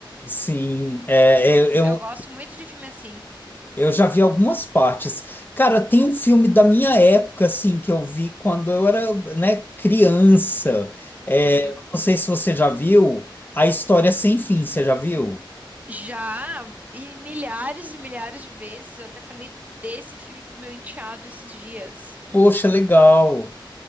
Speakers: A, on the left (about 25°); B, on the right (about 20°).
A: Sim, é, é,
B: Eu
A: eu,
B: gosto muito de filme assim.
A: Eu já vi algumas partes. Cara, tem um filme da minha época, assim, que eu vi quando eu era, né, criança. É,
B: Uhum.
A: não sei se você já viu A História Sem Fim, você já viu?
B: Já, e milhares e milhares de vezes, eu até falei desse filme pro meu enteado esses dias.
A: Poxa, legal.